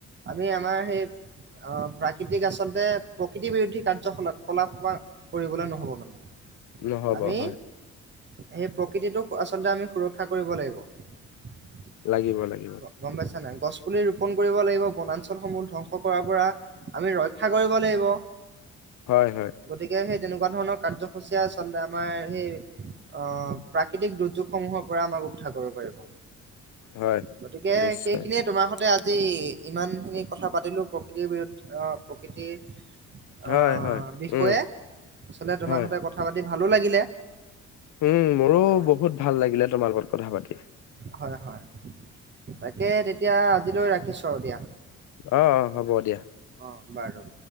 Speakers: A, on the right; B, on the left.
A: আমি আমাৰ সেই, অ প্ৰাকৃতিক আচলতে প্ৰকৃতি বিৰোধী কাৰ্যকলত কলা, <unintelligible> সেই কৰিবলে নহ'ব মানে।
B: নহ'ব
A: আমি
B: হয়।
A: সেই প্ৰকৃতিটোক, আচলতে আমি সুৰক্ষা কৰিব লাগিব।
B: লাগিব লাগিব।
A: গম পাইছা নাই, গছ পুলি ৰোপন কৰিব লাগিব। বনাঞ্চলসমূহ ধ্বংস কৰাৰ পৰা, আমি ৰক্ষা কৰিব লাগিব।
B: হয় হয়।
A: গতিকে সেই তেনেকুৱা ধৰণৰ কাৰ্যসূচীয়ে আচলতে আমাৰ সেই, অহ প্ৰাক প্ৰাকৃতিক দুৰ্যোগ সমূহৰ পৰা আমাক উধাৰ কৰিব পাৰিব।
B: হয়
A: গতিকে
B: নিশ্চয়
A: সেইখিয়ে তোমাৰ, তে আজি ইমান খিনি কথা পাতিলো প্ৰকৃতিৰ বিৰুদ্ধে, অহ প্ৰকৃতিৰ অ
B: হয় হয়
A: বিষয়ে,
B: উম
A: আচলতে তোমাৰ
B: হয়
A: সৈতে কথা পাতি ভালো লাগিলে।
B: উম মোৰো
A: অ
B: বহুত ভাল লাগিলে তোমাৰ লগত কথা পাতি।
A: হয় হয়, তাকে তেতিয়া আজিলৈ ৰাখিছোঁ আৰু দিয়া।
B: অ অ, হ'ব দিয়া।
A: অঁ বাৰু।